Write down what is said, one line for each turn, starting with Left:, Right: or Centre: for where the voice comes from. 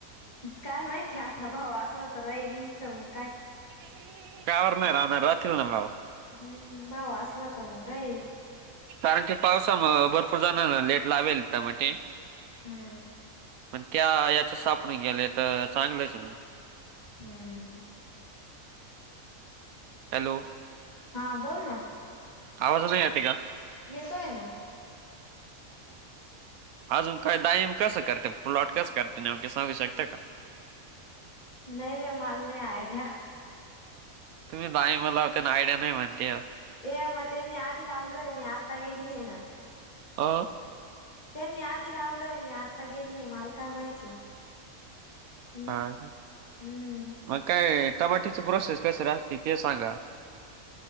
Left: काय माहिती आता भाऊ असला, तर राहील नाही तर मग काय?
Right: <inaudible>
Left: हम्म भाऊ असला तर मग राहील.
Right: कारण की पावसामधे भरपूर जण लेट लावेल त्यामध्ये
Left: हम्म
Right: मण त्या याच्या सापणून गेले तर चांगलंच मग
Left: हम्म.
Right: हॅलो
Left: हां बोल ना
Right: आवाज नाही येते का
Left: येतोय ना.
Right: अजून काय टाईम कसं करता प्लॉट कस करता नेमक सांगू शकते का?
Left: नाही रे मला नाही आयड्या
Right: तुम्ही नाही मला का आयड्या नाही म्हणत्या.
Left: ये मग त्यांनी आधी लावलय, मी आता गेली आहे ना.
Right: हां
Left: त्यांनी आधी लावलंय मी आता, गेलीय मला काय माहिती हम्म
Right: हा,
Left: हम्म.
Right: मग काय टमाट्याची प्रोसेस कशी राहते ते सांगा?